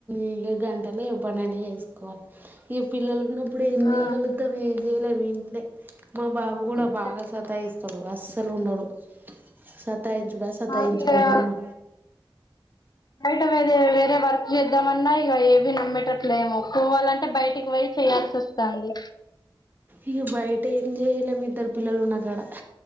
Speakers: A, on the right (about 20°); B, on the left (about 50°).
A: ఈగ గంటలు ఇవ్ పనులన్నీ చేసుకోనీ పిల్లలు ఉన్నప్పుడు ఏం
B: ఆ
A: చేయగలుగుతం ఏం చేయ్ లేం ఇంట్లే మా బాబు కూడా
B: అంతే
A: బాగా సతాయిస్త తడు అస్సల్ ఉండడు సత్ తాయించుడా సతాయించుడా
B: నాకు ఇగ
A: నన్ను
B: బయట వేరే వేరే వర్క్ చేద్దామన్నా ఇగ ఏవి నమ్మేటట్లేము పోవాలంటే బయటికి పోయి చేయాల్సి వస్తుంది
A: ఇగ బయటేం చేయలేం ఇద్దర్ పిల్లలు ఉన్న కాడ